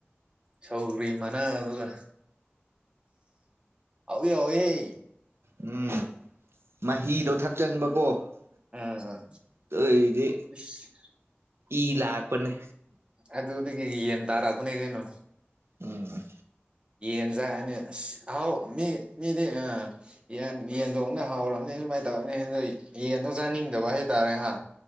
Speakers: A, on the right; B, on the right.
A: ꯁꯧꯒ꯭ꯔꯤ ꯃꯅꯥ ꯑꯗꯨꯒ ꯍꯧꯋꯤ ꯍꯧꯋꯤꯍꯦ
B: ꯎꯝ ꯃꯍꯤꯗꯣ ꯊꯛꯆꯟꯕꯀꯣ
A: ꯑꯥ
B: ꯑꯗꯨꯏꯗꯤ
A: <unintelligible>
B: ꯏ ꯂꯥꯛꯄꯅꯦ
A: ꯑ ꯑꯗꯨ ꯊ ꯌꯦꯟ ꯇꯔꯥ ꯀꯨꯅꯦ ꯀꯩꯅꯣ
B: ꯎꯝ
A: ꯌꯦꯟꯖꯅꯤ ꯍꯥꯎ ꯃꯤ ꯃꯤꯗꯤ ꯑ ꯌꯦꯟ ꯌꯦꯟꯊꯣꯡꯅ ꯍꯥꯎꯔꯅꯤ ꯁꯨꯃꯥꯏꯅ ꯇꯧꯔꯅꯤ ꯌꯦꯟꯗꯣ ꯆꯥꯅꯤꯡꯗꯕ ꯍꯥꯏꯇꯥꯔꯦ ꯍꯥ